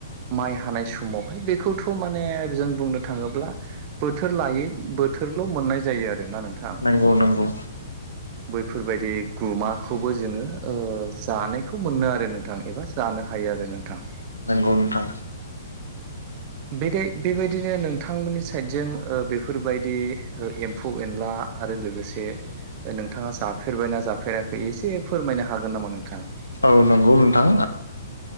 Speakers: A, on the right; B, on the left.
A: माइ हानाय समावहाय बेखौथ' माने जों बुंनो थाङोब्ला बोथोर लायै बोथोरल' मोननाय जायो आरोना नोंथाङा
B: नंगौ नंगौ
A: बैफोरबायदि गुमाखौबो जोङो ओ जानायखौ मोनो आरो नोंथां एबा जानो हायो आरो नोंथां।
B: नोंगौ नोंथां
A: बे बेबायदिनो नोंथांमोननि साइडजों बेफोरबायदि ओ एम एम्फौ एनला आरो लोगोसे नों नोंथाङा जाफेरबाय नना जाफेराखै एसे फोरमायनो हागोन नामा नोंथाङा।
B: औ नंगौ नोंथां